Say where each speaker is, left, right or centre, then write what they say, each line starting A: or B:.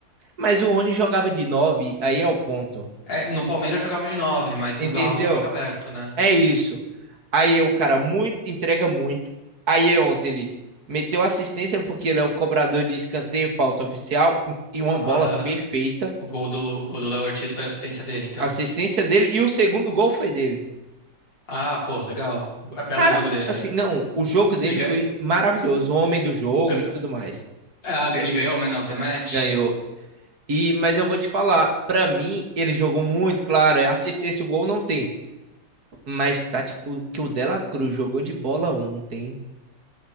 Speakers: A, on the right; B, on the left.
A: Mas o Rony jogava de 9, aí é o ponto.
B: É, no Palmeiras jogava de nove, mas
A: Entendeu?
B: no Galo joga aberto, né?
A: É isso. Aí é o cara muito, entrega muito. Aí é ontem ele meteu assistência porque ele é o cobrador de escanteio, falta oficial e uma bola
B: Aham.
A: perfeita.
B: O gol do, o gol do Léo Ortiz foi assistência dele, então.
A: Assistência dele e o segundo gol foi dele.
B: Ah, pô, legal. Be- Belo
A: Cara,
B: jogo dele,
A: assim,
B: então.
A: não, o jogo dele
B: Ele, ga-
A: foi maravilhoso, o homem do jogo
B: ga-
A: e tudo mais.
B: ah, ele ganhou o Man of the Match?
A: Ganhou E, mas eu vou te falar, pra mim, ele jogou muito, claro, é assistência, o gol não tem. Mas tá, tipo, o que o Dela Cruz jogou de bola ontem.